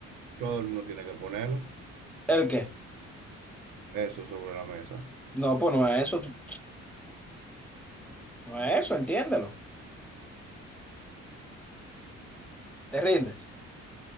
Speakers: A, on the right; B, in the centre.
A: todo el mundo tiene que ponerlo,
B: ¿El qué?
A: eso sobre la mesa.
B: No, pues no es eso, tú- no es eso, entiéndelo. Te rindes,